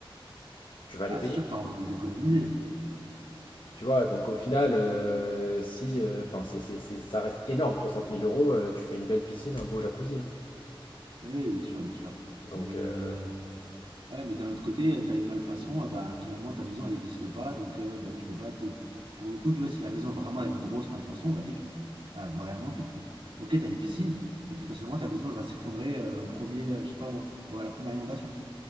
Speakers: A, on the left; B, on the right.
A: Tu vas
B: Ah,
A: les payer?
B: c'est sûr que t'as envie de les économiser.
A: Tu vois, donc au final, euh, si, euh, enfin, c'est, c'est- c'est- ça reste énorme, soixante mille euros, euh, tu fais une belle piscine, un beau jacuzzi. hein.
B: Oui, bien sûr, bien sûr.
A: Donc,
B: Mais
A: euh,
B: euh, Ouais, mais d'un autre côté, euh, t'as une malfaçon, euh, bah finalement ta maison elle n'existe pas, donc euh, bah tu peux pas te. Pour le coup, tu vois, si la maison vraiment elle a une grosse malfaçon, bah t'es cuit. Ah, vraiment t'es cuit. Ok, t'as une piscine, mais potentiellement ta maison elle va s'effondrer euh, au premier, euh, je sais pas moi, ou à la première inondation.